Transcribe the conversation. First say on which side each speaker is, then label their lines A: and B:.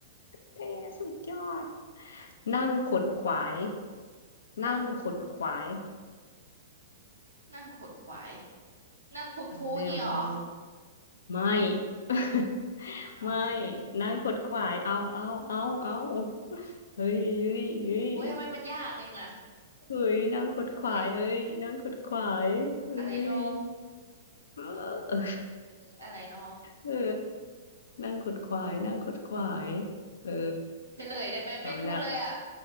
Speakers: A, on the left; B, on the right.
A: เตสุดยอดนั่งขดขวายนั่งขดขวาย
B: นั่งขดนั่งขดขวาย นั่งคุดคู้อย่างงี้เหรอ
A: เอาแล้วเอาแล้วไม่ <laughs>
B: อ๋อ
A: ไม่นั่งขดขวายเอาเอาเอาเอาเฮ้ยเฮ้ยเฮ้ย
B: โอ้ยทำไมมันยากเองอะ
A: เฮ้ยนั่งขดขวายเอ้ยนั่งขดขวายเฮ้ย
B: เอ้ยอะไรโน
A: เออ เออ
B: อะไรโน
A: เอนั่งขดขวายนั่งขดขวายเออ
B: เฉลยได้ไหมไม่รู้เลยอะ
A: เอาละ